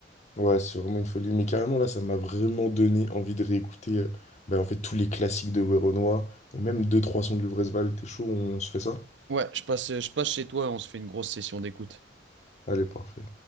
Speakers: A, on the left; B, on the right.
A: Ouais, c'est vraiment une folie. Mais carrément, là, ça m'a vraiment donné envie de réécouter euh, ben, en fait, tous les classiques de Werenoi et même deux trois sons de Luvresval. T'es chaud, on se fait ça?
B: Ouais, je passe, je passe chez toi et on se fait une grosse session d'écoute.
A: Allez, parfait.